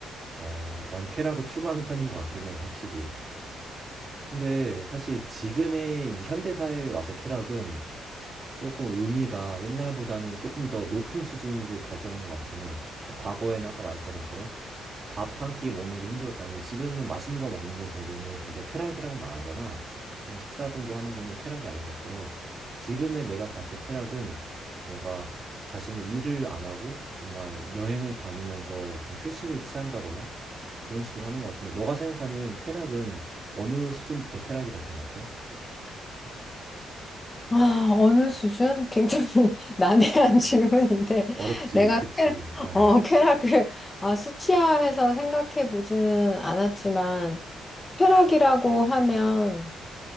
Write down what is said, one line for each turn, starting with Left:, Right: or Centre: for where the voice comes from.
Right: 어, 난 쾌락을 추구하는 편인 것 같긴 해, 확실히. 근데 사실 지금의 이제 현대 사회에 와서 쾌락은 조금 의미가 옛날보다는 조금 더 높은 수준으로 발전한 것 같긴 해. 그러니까 과거에는 아까 말했던 것처럼 밥 한 끼 먹는 게 힘들었다면 지금은 맛있는 거 먹는 거 정도는 우리가 쾌락이라고는 안 하잖아. 그냥 식사 정도 하는 거는 쾌락이 아닌 것처럼 지금의 내가 봤을 때 쾌락은 뭔가 자신이 일을 안 하고 정말 여행을 다니면서 좀 휴식을 취한다거나 그런 식으로 하는 것 같은데 너가 생각하는 쾌락은 어느 수준부터 쾌락이라 생각해?
Left: 아, 어느 수준? 굉장히 <laughs> 난해한 질문인데
Right: 어렵지,
Left: 내가
Right: 그치.
Left: 쾌,
Right: 어.
Left: 어, 쾌락을 아, 수치화해서 생각해 보지는 않았지만 쾌락이라고 하면